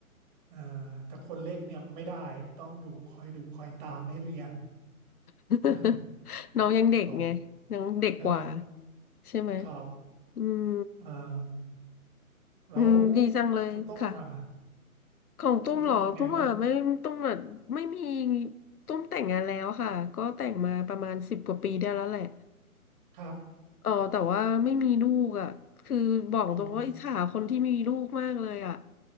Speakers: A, on the right; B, on the left.
A: อ่าแต่คนเล็กเนี่ยไม่ได้ต้องดุคอยดุคอยตามให้เรียน
B: <laughs>
A: <laughs>
B: น้องยังเด็กไงน้องเด็กกว่า
A: ครับเออ
B: ใช่ไหม
A: ครับ
B: อืม
A: อ่าแล้ว
B: อืมดีจังเลยค่ะ
A: คุณต้มมา
B: ของตุ้มเหรอตุ้มอ่ะไม่ตุ้มอ่ะไม่มี
A: คุณต้มเป็นไงบ้าง
B: ตุ้มแต่งงานแล้วค่ะก็แต่งมาประมาณสิบกว่าปีได้แล้วแหละ
A: ครับ
B: เออแต่ว่าไม่มีลูกอ่ะคือบอกตรงว่าอิจฉาคนที่มีลูกมากเลยอ่ะ
A: อ๋อ